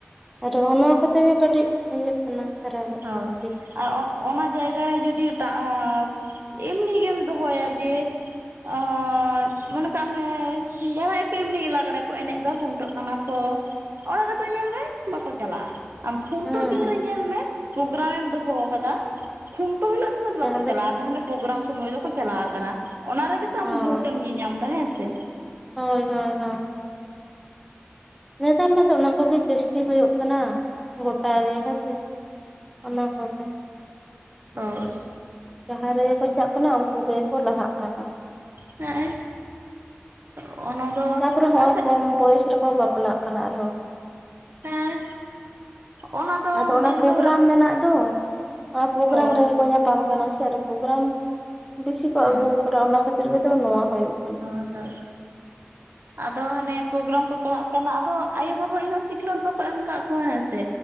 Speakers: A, in the centre; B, on the right.
A: ᱟᱨ ᱦᱚᱸᱜᱼᱚ ᱱᱚᱣᱟ ᱠᱚᱛᱮᱜᱮ ᱠᱟᱹᱴᱤᱡ ᱤᱭᱟᱹᱜ ᱠᱟᱱᱟ ᱠᱷᱟᱨᱟᱯᱚᱜ
B: ᱦᱚᱭ
A: ᱠᱟᱱᱟ ᱫᱤᱠ
B: ᱟᱨ ᱚᱱᱟ ᱡᱟᱭᱜᱟᱨᱮ ᱡᱩᱫᱤ ᱮᱴᱟᱟᱜ ᱮᱢᱱᱤ ᱜᱮᱢ ᱫᱚᱦᱚᱭᱟ ᱡᱮ ᱟ ᱢᱚᱱᱮ ᱠᱟᱜ ᱢᱮ ᱡᱟᱦᱟᱸᱭ ᱮᱠᱴᱩ ᱮᱢᱱᱤ ᱜᱮ ᱞᱟᱜᱽᱬᱮ ᱠᱚ ᱮᱱᱮᱡᱫᱟ ᱠᱷᱩᱱᱴᱟᱹᱜ ᱠᱟᱱᱟ ᱠᱚ ᱚᱱᱟ ᱨᱮᱫᱚ ᱧᱮᱞ ᱢᱮ ᱵᱟᱠᱚ ᱪᱟᱞᱟᱜᱼᱟ ᱟᱢ ᱠᱷᱩᱱᱴᱟᱹᱣ
A: ᱦᱮᱸ
B: ᱫᱤᱱ ᱨᱮ ᱧᱮᱞ ᱢᱮ ᱯᱨᱳᱜᱨᱟᱢ ᱮᱢ ᱫᱚᱦᱚ ᱠᱟᱫᱟ ᱠᱷᱩᱱᱴᱟᱹᱣ ᱦᱤᱞᱳᱜ ᱥᱩᱢᱚᱭ ᱫᱚ
A: ᱛᱟᱦᱚᱞᱮ
B: ᱵᱟᱠᱚ ᱪᱟᱞᱟᱜᱼᱟ ᱯᱨᱳᱜᱨᱟᱢ ᱥᱩᱢᱚᱭ ᱫᱚᱠᱚ ᱪᱟᱞᱟᱣ ᱠᱟᱱᱟ ᱚᱱᱟ ᱨᱮᱜᱮ ᱛᱟᱢ
A: ᱦᱚᱸ
B: ᱵᱷᱩᱴ ᱮᱢ ᱧᱤᱧᱟᱢ ᱫᱟ ᱦᱮᱸ ᱥᱮ
A: ᱦᱳᱭ ᱦᱳᱭ ᱦᱳᱭ ᱱᱮᱛᱟᱨ ᱢᱟᱛᱚ ᱚᱱᱟ ᱠᱚᱜᱮ ᱡᱟᱹᱥᱛᱤ ᱦᱳᱭᱳᱜ ᱠᱟᱱᱟ ᱜᱚᱴᱟ ᱜᱮ ᱦᱮᱸᱥᱮ ᱚᱱᱟ ᱠᱚᱜᱮ
B: ᱦᱳᱭ
A: ᱡᱟᱦᱟᱸ ᱨᱮᱜᱮ ᱠᱚ ᱪᱟᱜ ᱠᱟᱱᱟ ᱳᱱᱠᱩ ᱜᱮᱠᱚ ᱞᱟᱦᱟᱜ ᱠᱟᱱᱟ
B: ᱦᱮᱸ ᱚᱱᱟ ᱫᱚ
A: ᱛᱟᱯᱚᱨᱮ ᱦᱚᱜᱼᱚᱭ
B: ᱟᱪᱪᱷᱟ
A: ᱠᱚᱢ ᱵᱚᱭᱮᱥ ᱨᱮᱠᱚ ᱵᱟᱯᱞᱟᱜ ᱠᱟᱱᱟ ᱟᱨᱦᱚᱸ
B: ᱦᱮᱸ ᱚᱱᱟ ᱫᱚ
A: ᱟᱫᱚ ᱚᱱᱟ
B: ᱢᱮᱱ
A: ᱯᱨᱳᱜᱨᱟᱢ
B: ᱫᱚ
A: ᱢᱮᱱᱟᱜ ᱫᱚ᱾ ᱚᱱᱟ ᱯᱨᱳᱜᱨᱟᱢ
B: ᱦᱳᱭ
A: ᱨᱮ ᱠᱚ ᱧᱟᱯᱟᱢ ᱠᱟᱱᱟ ᱥᱮ ᱟᱨ ᱯᱨᱳᱜᱨᱟᱢ ᱵᱤᱥᱤ ᱠᱚ
B: ᱦᱮᱸ
A: ᱟᱹᱜᱩ ᱠᱟᱫᱟ ᱚᱱᱟ ᱠᱷᱟ ᱛᱤᱨ ᱜᱮᱛᱚ ᱱᱚᱣᱟ ᱦᱳᱭᱳᱜ
B: ᱦᱳᱭ ᱦᱮᱸ ᱟᱫᱚ ᱦᱟᱱᱮ ᱯᱨᱳᱜᱨᱟᱢ ᱠᱚ ᱪᱟᱞᱟᱜ ᱠᱟᱱᱟ ᱟᱫᱚ ᱟᱭᱳ ᱵᱟᱵᱟ ᱤᱱᱟᱹᱜ ᱥᱤᱠᱷᱱᱟᱹᱛ ᱵᱟᱠᱚ ᱮᱢ ᱠᱟᱜ ᱠᱚᱣᱟ ᱦᱮᱸᱥᱮ